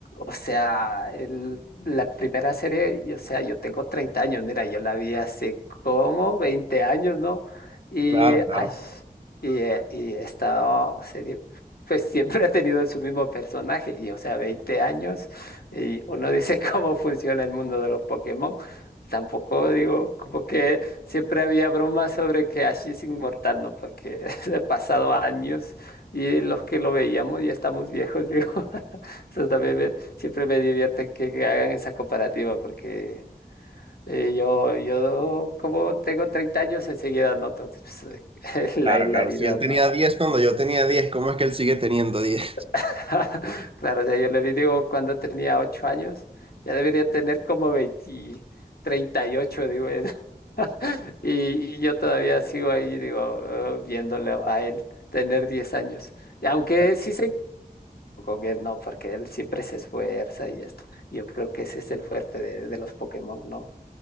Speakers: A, on the left; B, on the right.
A: o sea, el, la primera serie, y, o sea, yo tengo 30 años, mira, yo la vi hace como 20 años, ¿no? Y,
B: Claro, claro,
A: ay, y, eh, y esta serie, pues <laughs> siempre ha tenido su mismo personaje, y o sea, 20 años, y uno dice <laughs> cómo funciona el mundo de los Pokémon. Tampoco digo como que Siempre había bromas sobre que Ash es inmortal, ¿no? Porque <laughs> he pasado años y los que lo veíamos ya estamos viejos, digo. <laughs> Eso también me- siempre me divierte que, que hagan esa comparativa, porque eh, yo, yo como tengo 30 años, enseguida noto pues, <laughs> la
B: claro,
A: hilaridad,
B: claro. Si él tenía
A: ¿no?
B: 10 cuando yo tenía diez ¿cómo es que él sigue teniendo diez
A: <laughs> Claro, o sea, yo le digo, cuando tenía 8 años, ya debería tener como veinte, treinta y ocho digo. <laughs> <laughs> Y, y yo todavía sigo ahí, digo, ah, viéndolo a él tener 10 años. Y aunque
B: <laughs>
A: sí se con él, no, porque él siempre se esfuerza y esto. Yo creo que ese es el fuerte de, de los Pokémon, ¿no?